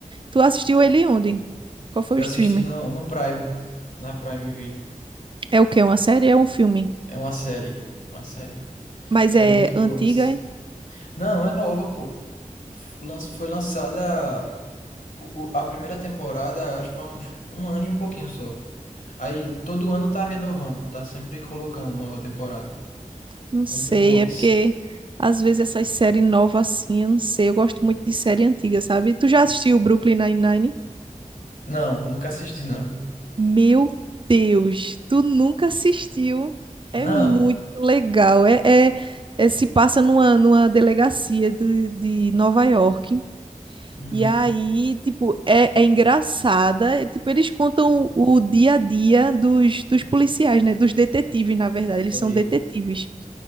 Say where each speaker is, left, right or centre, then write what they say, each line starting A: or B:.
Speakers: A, on the right; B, on the left.
A: Tu assistiu ele onde? Qual foi
B: Eu
A: o streaming?
B: assisti no, no Prime, na Prime Video.
A: É o quê? Uma série? É um filme?
B: É uma série, uma série.
A: Mas
B: Série
A: é
B: muito
A: antiga?
B: boa, viu?
A: hein?
B: Não, é nova, pô. F- lan- Foi lançada o- o- a primeira temporada, acho que foi uns um ano e um pouquinho só. Aí todo ano tá renovando, tá sempre colocando nova temporada.
A: Não sei,
B: Muito boa, viu?
A: é porque às vezes essas séries novas assim, eu não sei, eu gosto muito de série antiga, sabe? Tu já assistiu Brooklyn Nine-Nine?
B: Não, nunca assisti, não.
A: Meu Deus, tu nunca assistiu? É
B: Não.
A: muito legal, é, é- é- se passa numa, numa delegacia de, de Nova York,
B: Uhum,
A: e aí, tipo, é, é engraçada, é, tipo, eles contam o, o dia a dia dos, dos policiais, né? Dos detetives, na verdade, eles
B: entendi.
A: são detetives.